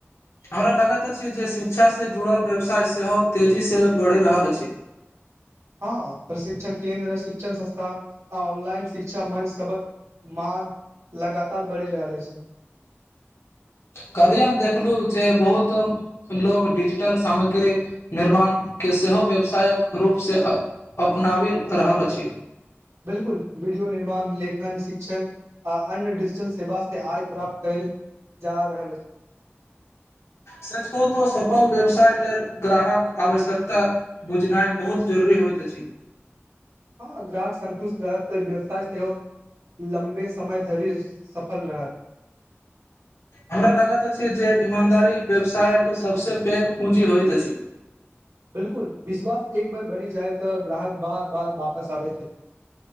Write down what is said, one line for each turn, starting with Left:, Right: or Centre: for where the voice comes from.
Left: हमरा लागत अछि जे शिक्षा से जुड़ल व्यवसाय सेहो तेजी से बढ़ि रहल अछि
Right: ह हँ प्रशिक्षण केन्द्र शिक्षण संस्थान आ ऑनलाइन शिक्षा मंच सबहक माघ लगातार बढ़ि रहल अछि
Left: कहलियी हम देखलहुँ जे बहुत लोग डिजिटल सामग्री निर्माण के सेहो व्यवसायक रूप से अपनाबि रहल अछि
Right: बिलकुल वीडियो निर्माण लेखन शिक्षण आ अन्य डिजिटल सेवा से आय प्राप्त कयल जा रहल अछि
Left: सच कहु त सफल व्यवसाय लेल ग्राहक आवश्यकता बुझनाइ बहुत जरुरी होइत अछि
Right: हँ ग्राहक सन्ष्ट रहत त व्यवसाय सेहो लम्बे समय धरि सफल रहत
Left: हमरा लागत अछि जे ईमानदारी व्यवसायक सबस पैघ पूंजी होइत अछि
Right: बिल्कुल विश्वास एक बेर बनी जाइ त ग्राहक बार बार वापस आबे छै